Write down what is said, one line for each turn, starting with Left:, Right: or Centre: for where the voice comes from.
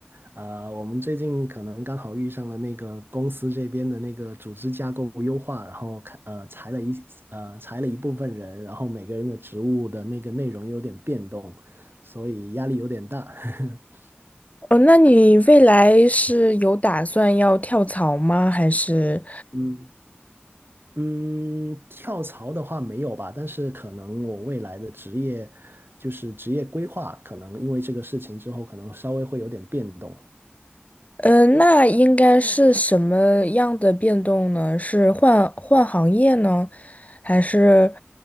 Right: 呃，我们最近可能刚好遇上了那个公司这边的那个组织架构优化，然后看呃裁了一呃裁了一部分人，然后每个人的职务的那个内容有点变动，所以压力有点大。<laughs>
Left: 哦，那你未来是有打算要跳槽吗？还是，
Right: 嗯嗯，跳槽的话没有吧，但是可能我未来的职业就是职业规划，可能因为这个事情之后，可能稍微会有点变动。
Left: 嗯，那应该是什么样的变动呢？是换换行业呢，还是